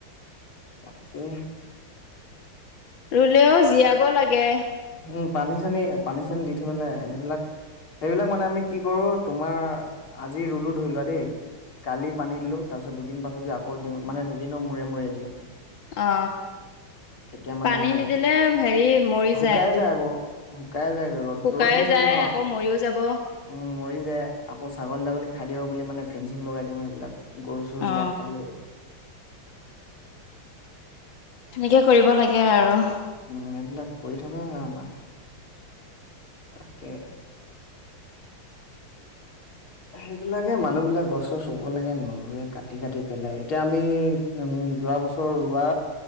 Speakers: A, on the left (about 85°); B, on the left (about 65°).
A: তাকে।
B: ৰুলেও জীয়াব লাগে।
A: উম পানী চানী পানী চানী দি থাকিব লাগে। সেইবিলাক সেইবিলাক মানে আমি কি কৰো তোমাৰ আজি ৰুলো ধৰি লোৱা দেই কালি পানী দিলো, তাৰ পিছত দুদিন পাছত আকৌ দিওঁ মানে দুদনৰ মূৰে মূৰে দিওঁ।
B: অ
A: তেতিয়া মানে
B: পানী নিদিলে হেৰি মৰি
A: শুকাই যায় আকৌ শুকাই যায় ৰ'দ
B: শুকাই
A: ৰ'দ দি থাকে
B: যায়
A: ন।
B: আকৌ মৰিও যাব
A: উম মৰি যাই, আকৌ ছাগলী ছাগলী খাই দিওঁ বুলি মানে ফেঞ্চিং লগাই দিওঁ সেইবিলাক গৰু চৰু
B: অ
A: বিলাক খাই দিয়ে।
B: সেনেকে কৰিব লাগে আৰু।
A: উম এইবিলাক কৰি থকা হয় আমাৰ। তাকে।
B: উ <inaudible>
A: সেইবিলাকে মানুহ বিলাক গছ ছছ ৰুব লাগে নৰুৱে কাটি কাটি পেলাই এতিয়া আমি উম যোৱা বছৰ ৰোৱা